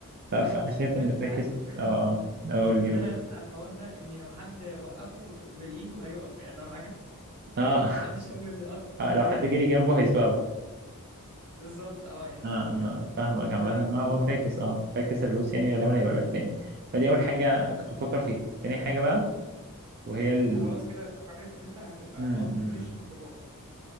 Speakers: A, on the right; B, on the right.
A: ف-
B: بيقف
A: فانا شايف
B: حرفيا
A: ان
B: انت
A: فاكس
B: عارف
A: اه
B: <laughs>
A: اه قول
B: كان
A: لي
B: طالع
A: قول لي
B: نكته على الحوار ده ان لو حد وقفه بالايد وهيقف يعني فاهم
A: اه
B: لو حد شاور
A: <laughs>
B: القطر
A: آه، لو
B: كده
A: حد
B: هيقف
A: جري جنبه هيسبقه
B: بالظبط اه يعني
A: اه
B: إيه
A: اه
B: ده كده
A: فاهمك عامة
B: ف...
A: ما هو فاكس اه فاكس الروسي يعني غالبا هيبقى الاسباني فدي اول حاجة كنت بفكر فيها تاني حاجة بقى وهي ال
B: انت خلاص كده استقريت ان انت هتبقى
A: امم
B: قطر مش ميكروباص